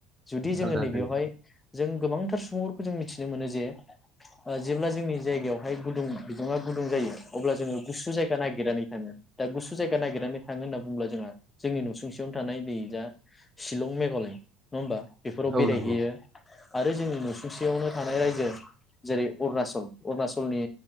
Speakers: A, on the left; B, on the right.
A: जुदि जोङो
B: आलदा
A: नैबेयावहाय
B: जायो
A: जों गोबांथार सुबुंफोरखौ जों मिथिनो मोनो जे। ओ जेब्ला जोंनि जायगायावहाय गुदुं बिदुङा गुदुं जायो अब्ला जोङो गुसु जायगा नागिरनानै थाङो दा गुसु जायगा नागिरनानै। थाङो होनना बुंब्ला जोंहा जोंनि नुसुंसेयावनो थानाय दै जा शिलं मेघालय नुवा होमबा। बेफोराव बेरायहैयो।
B: औ नंगौ
A: आरो जोंनि नुसुंसेयावनो थानाय रायजो जेरै अरुणाचल-अरुणाचलनि